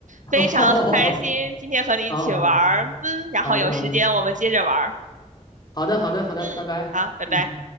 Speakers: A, on the left (about 30°); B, on the right (about 75°).
A: <laughs>
B: 非常开心今天和你一起玩儿。
A: 哦哦，<laughs> 好好
B: 嗯，然后有时间我们接着玩儿。
A: 好的好的好的好的好的，
B: 嗯，
A: 拜拜。
B: 好，拜拜。
A: 嗯。